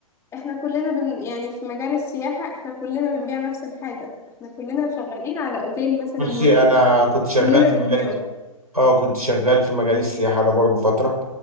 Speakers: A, on the left (about 15°); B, on the right (about 85°).
A: احنا كلنا بن يعني في مجال السياحه احنا كلنا بنبيع نفس الحاجه احنا كلنا شغالين على اوتيل مثلا
B: بصي
A: واحد
B: انا كنت شغال
A: كلنا
B: في
A: بنبيعه
B: المجال اه كنت شغال في مجال السياحة ده برضو فترة